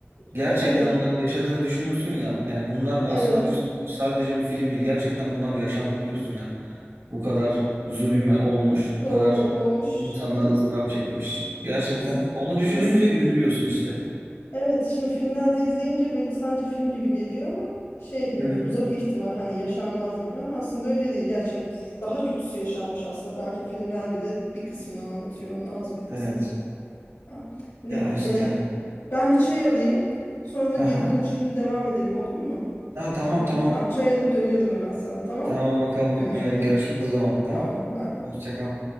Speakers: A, on the right; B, on the left.
A: gerçekten
B: o evet
A: onları yaşadığını düşünüyorsun ya. Yani bunlar aslında
B: evet
A: diyorsun hiç sadece bir film değil. Gerçekten bunlar yaşandı diyorsun ya. Bu kadar zulüm olmuş, bu
B: doğru
A: kadar
B: olmuş şimdi
A: insanlar ızdırap çekmiş. Gerçekten
B: ins-
A: onu düşününce
B: ins-
A: üzülüyorsun işte.
B: evet şimdi filmlerde izleyince böyle sadece film gibi geliyor ama şey böyle
A: Hı hı.
B: uzak ihtimal hani yaşanmaz gibi ama aslında öyle değil gerçek daha kötüsü yaşanmış aslında belki filmler bile bir kısmını anlatıyor onun az bir kısmını.
A: Evet.
B: Ha. Ne,
A: Ya
B: e,
A: işte.
B: Ben bir çay alayım. Sonra da geri
A: Aha.
B: dönüşümde devam edelim olur mu?
A: Ha, tamam
B: Şimdi
A: tamam.
B: bir tamam çay alıp dönüyorum hemen sana tamam.
A: Tamam bakalım.
B: Görüşürüz.
A: Ee, görüşürüz o zaman. Tamam.
B: Tamam bay bay.
A: Hoşça kal.